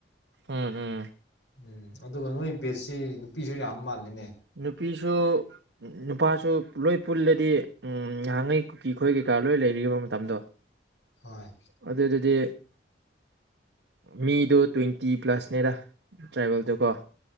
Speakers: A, on the right; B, on the left.
A: ꯎꯝ ꯎꯝ
B: ꯎꯝ ꯑꯗꯨꯒ ꯅꯣꯏ ꯕꯦꯠꯁꯤ ꯅꯨꯄꯤꯁꯨ ꯌꯥꯝ ꯃꯥꯜꯂꯤꯅꯦ
A: ꯅꯨꯄꯤꯁꯨ ꯅꯨꯄꯥꯁꯨ ꯂꯣꯏ ꯄꯨꯜꯂꯗꯤ ꯉꯍꯥꯟꯉꯩ ꯀꯨꯀꯤ ꯈꯈꯣꯏ ꯀꯩꯀꯥ ꯂꯣꯏ ꯂꯩꯔꯤꯕ ꯃꯇꯝꯗꯣ
B: ꯍꯣꯏ
A: ꯑꯗꯨꯗꯨꯗꯤ ꯃꯤꯗꯣ ꯇ꯭ꯋꯦꯟꯇꯤ ꯄ꯭ꯂꯁꯅꯦꯗ ꯇ꯭ꯔꯥꯏꯕꯦꯜꯗꯀꯣ